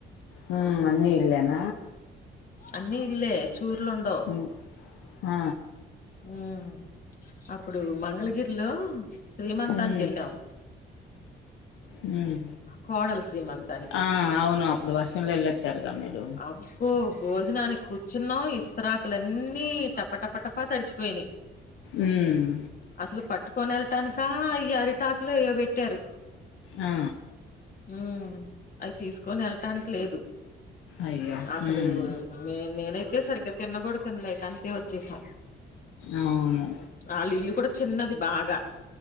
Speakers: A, on the left; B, on the left.
A: హ్మ్ ఇళ్ళేన
B: అన్ని ఇల్లె చూర్లు ఉండవ్
A: హ్మ్ ఆ
B: మ్ అప్పుడు మంగళగిరిలో శ్రీమంతానికి
A: హ్మ్
B: ఎళ్ళం
A: హ్మ్
B: కోడలు శ్రీమంతానికి
A: ఆ అవును అప్పుడు వర్షంలో వెళ్ళొచ్చారుగా మీరు
B: అబ్బో భోజనానికి కూర్చున్నాం ఇస్తరాకులన్నీ టప టప టప తడిచిపోయినీ
A: ఉమ్
B: అసలు పట్టుకొని వెళ్టానిక ఈ అరిటాకు లో ఏయో పెట్టారు
A: ఆ
B: ఉమ్ అది తీసుకొని వెళ్ళటానికి లేదు
A: అయ్యో
B: అసలు
A: ఉమ్
B: మె నెనైతే సరిగ్గా తిన్న కూడా తిన్లే ఇక అంతే వచ్చేసం
A: అవును
B: వాళ్ళ ఇల్లు కూడా చిన్నది బాగా